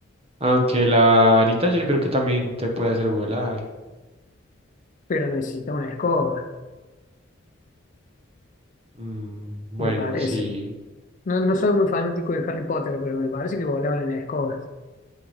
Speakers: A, on the right; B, on the left.
A: Aunque la varita yo creo que también te puede hacer volar.
B: pero necesita una escoba,
A: Mm, bueno,
B: me parece.
A: sí.
B: No, no soy muy fanático de Harry Potter, pero me parece que volaban en escobas.